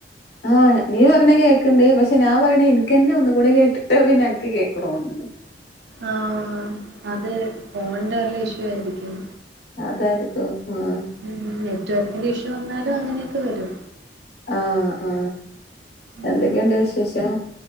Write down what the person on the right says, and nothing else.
ആഹ് അത് ഫോൺന്റെ വല്ല ഇഷ്യൂ ആയിരിക്കും
ഉം നെറ്റ് വർക്കിന്റെ ഇഷ്യൂ വന്നാലും അങ്ങനെയൊക്കെ വരും
ഉം